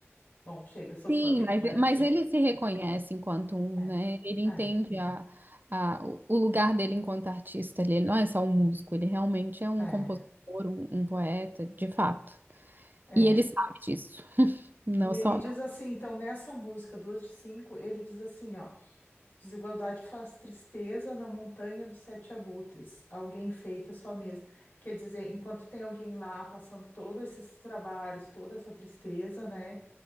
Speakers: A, on the left (about 50°); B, on the right (about 45°).
A: Bom, chega, sou fã
B: Sim,
A: dele,
B: mas,
A: já disse.
B: mas ele se reconhece enquanto um,
A: É,
B: né? Ele entende
A: é,
B: a, a, o o lugar dele enquanto artista. Ele não é só um músico, ele realmente é um
A: é,
B: compositor, um, um poeta, de fato.
A: é.
B: E ele sabe disso. Não
A: E ele
B: só.
A: diz assim, então nessa música, duas de cinco, ele diz assim, ó, desigualdade faz tristeza na montanha dos sete abutres, alguém enfeita sua mesa. Quer dizer, enquanto tem alguém lá passando todos esses trabalhos, toda essa tristeza, né?